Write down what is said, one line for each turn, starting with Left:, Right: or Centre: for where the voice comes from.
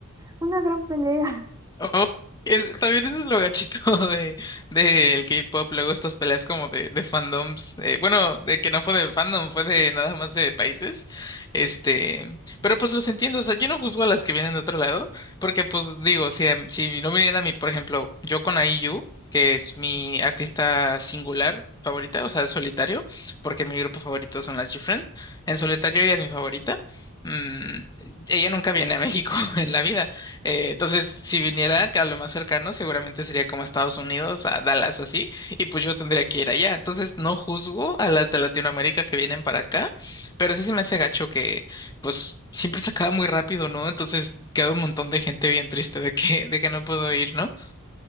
Right: una gran pelea.
Left: Oh, es, también ese es lo gachito <laughs> de del K-pop, luego estas peleas como de, de fandoms, eh, bueno, de que no fue de fandom, fue de nada más de países, este, pero pues los entiendo, o sea, yo no juzgo a las que vienen de otro lado, porque pues digo, si, a- si no viniera mi, por ejemplo, yo con IU, que es mi artista singular favorita, o sea, solitario, porque mi grupo favorito son las GFriend, en solitario ella es mi favorita, mm, ella nunca viene a México <laughs> en la vida. Eh, entonces, si viniera a lo más cercano, seguramente sería como a Estados Unidos, a Dallas o así, y pues yo tendría que ir allá. Entonces, no juzgo a las de Latinoamérica que vienen para acá, pero sí se me hace gacho que, pues, siempre se acaba muy rápido, ¿no? Entonces, queda un montón de gente bien triste de que, de que no puedo ir, ¿no?